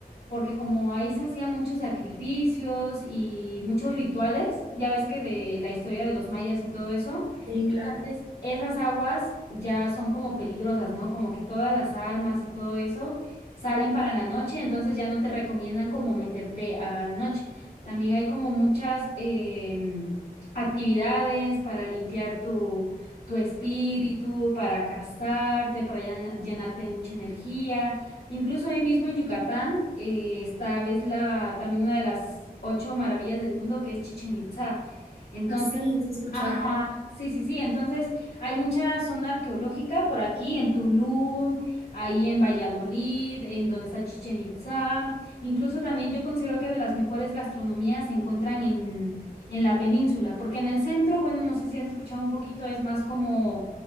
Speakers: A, on the left; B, on the right.
A: porque como ahí se hacían muchos sacrificios y muchos rituales, ya ves que de la historia de los mayas y todo eso,
B: Sí,
A: entonces,
B: claro.
A: esas aguas ya son como peligrosas, ¿no? Como que todas las almas y todo eso salen para la noche, entonces ya no te recomiendan como meterte a la noche. También hay como muchas eh, actividades para limpiar tu, tu espíritu, para casarte, para llena- llenarte de mucha energía. Incluso ahí mismo en Yucatán eh, está ves la, también una de las ocho maravillas del mundo que es Chichen Itza. Entonces,
B: Ah, sí, sí he escuchado.
A: Ajá, sí, sí, sí. Entonces, hay mucha zona arqueológica por aquí, en Tulum, ahí en Valladolid, en donde está Chichen Itzá. Incluso también yo considero que de las mejores gastronomías se encuentran en, en la península, porque en el centro, bueno, no sé si has escuchado un poquito, es más como,